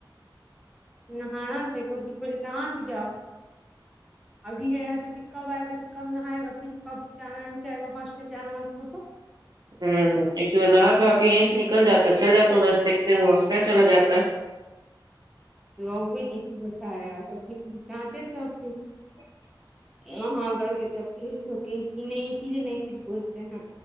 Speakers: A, in the centre; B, on the right (about 55°).
A: نہایا تھا تو <unintelligible> نہا کے جاؤ ابھی گیا تو پھر کب آئے گا پھر کب نھائیگا پھر کب جانا جائے گا ہاسٹل جانا نا اس کو تو
B: ہمم ایک بار نہا دھوا کے یہیں سے نکل جاتا چل جا دس دیک سے وہ ہوسٹل چلا جاتا ہے
A: <unintelligible> غصہ آیا تب بھی ڈانٹے تھے ابھی
B: <inaudible>
A: وہاں کر کے تب فیس ہو تی نہیں اسی لیے نہیں کچھ بولتے ہیں